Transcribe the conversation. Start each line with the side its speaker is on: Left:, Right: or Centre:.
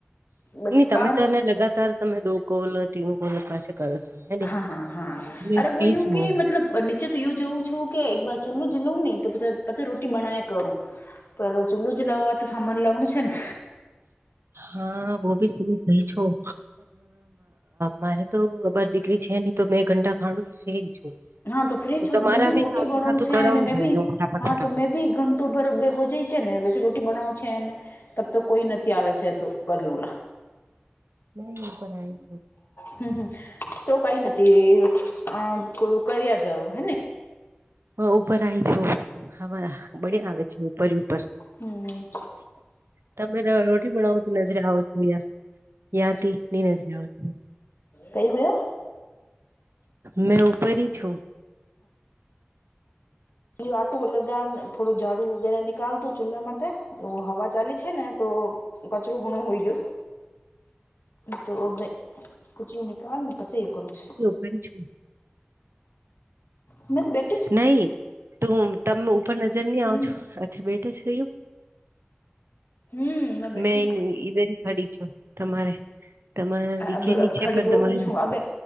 Left: બસ
Right: નઈ તમે
Left: પાંચ
Right: તો એને લગાતાર તમે દો કોલ તીન કોલ પાસે કરો છો હે ને
Left: હા હા હા
Right: મેં
Left: અરે
Right: ફ્રી
Left: એું
Right: છું
Left: કે મતલબ નીચે તો એવું જોવું છું કે એક વાર ચૂલ્લું જીલું નહી તો પછી રોટી બનાવી કરું પે ચૂલું જલાવવા તો સામાન લાવવાનું છે ને
Right: હા બ બી કઈ છું મારે તો બાર દીકરી છે નહી તો મે ગંડા ખા છું
Left: હા તો ફ્રીજ છો
Right: તમારા
Left: તો મેં બી રોટી
Right: સાદું
Left: બનાું
Right: સાદું
Left: છે
Right: કરાવું
Left: અને મે બી
Right: જોઈએ ફટાફટ
Left: હા
Right: ફટાફટ
Left: તો મે બી ઓકોબર બે હો જાય છે ને પી રોટી બનાવ છે ને ત તો કોઈ નથી આવે છે તો કરલું લ
Right: મે પણ આઈ
Left: હમ હમ તો કઈ નથી આ કો કર્યા જવું હેને
Right: હ ઉપર આવી છું હવા બડ આવે છે ઉપર ઉપર
Left: હમ
Right: તમે રોટી બનાવો તો નજરે આવો છો ાર યાતી નત
Left: કઈ હોય
Right: મેં ઉપરી છું
Left: આટુંલગા ને થોડું ાડું વગેરે નીકાલ દું ચૂલ્લામાં તો હવા ચાલી છે ને તો કચરો ગુણો હોઈ ગયો તો કચરોું નિકાલ ને પચૈ કરું છે
Right: કરી છું
Left: મે તો બેા
Right: નહી તું તમે ઉપર નજર નહી
Left: હમ
Right: આવ છો અચ્છા બેઠા છેયું
Left: હમ મે બેઠું
Right: મેં ઈધર ખાડી છું તમારે તમારા
Left: હા
Right: દીખે ની છે
Left: ખડી
Right: પણ
Left: હોવું
Right: તમારી
Left: છું અ